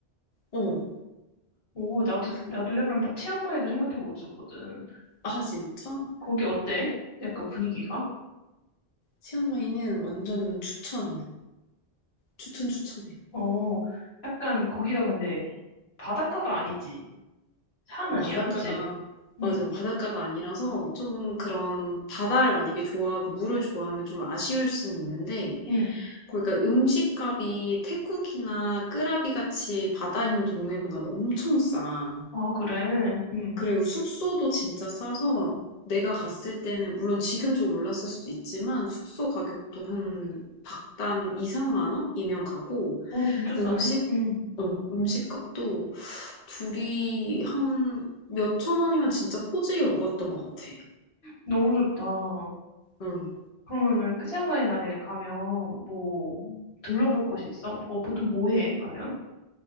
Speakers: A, on the left (about 45°); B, on the left (about 70°).
A: 어.
B: 오, 나도
A: 그,
B: 나도 약간 치앙마이도 생각해보고 있었거든.
A: 아 진짜?
B: 거기 어때? 약간 분위기가?
A: 치앙마이는 완전 추천. 추천 추천해.
B: 어, 약간 거기가 근데 바닷가가 아니지. 산
A: 어,
B: 아니야,
A: 바닷가가,
B: 그치? 응,
A: 맞아요. 바닷가가 아니라서 좀 그런 바다를 만약에 좋아하고 물을 좋아하면 좀 아쉬울 수는 있는데,
B: 응.
A: 그러니까 음식값이 태국이나 끄라비 같이 바다 있는 동네보다는 엄청 싸.
B: 아, 그래. 응.
A: 그리고 숙소도 진짜 싸서 내가 갔을 때는 물론 지금 좀 올랐을 수도 있지만 숙소 가격도 한 박당 2, 3만 원이면 가고
B: 어, 진짜 싸네.
A: 음식,
B: 응.
A: 어, 음식값도 둘이 한 몇천 원이면 진짜 포지게 먹었던 것 같아.
B: 너무 좋다.
A: 응.
B: 그러면은 그 치앙마이 만약에 가면 뭐 둘러볼 곳이 있어? 어, 보통 뭐 해? 가면?